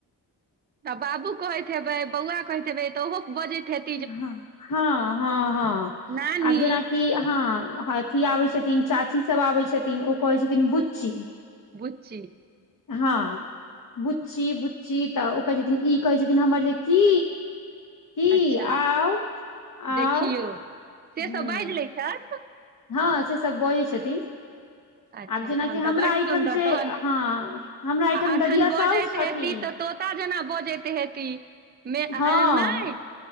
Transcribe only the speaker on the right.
तऽ बाबू कहैत हेबै बौआ कहैत हेबै तऽ ओहो बजैत हेतै।
नानी
बु्चि।
अच्छा
देखियौ
से
सब बाजि लै छथि।
अच्छा
तहन तऽ
ब्
सुन्दर
तहन
आ अखन
बजैत
हेत ई तऽ तोता जेना बजैत हेती मे
नहि